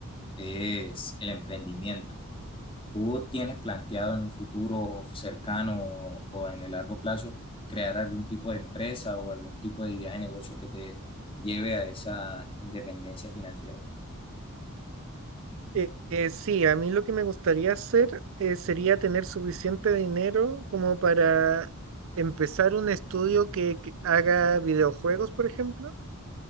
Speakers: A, on the left; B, on the right.
A: es el emprendimiento. ¿Tú tienes planteado en un futuro cercano o, o en el largo plazo crear algún tipo de empresa o algún tipo de idea de negocio que te lleve a esa independencia financiera?
B: Eh, eh, sí, a mí lo que me gustaría hacer eh, sería tener suficiente dinero como para empezar un estudio que, que haga videojuegos, por ejemplo,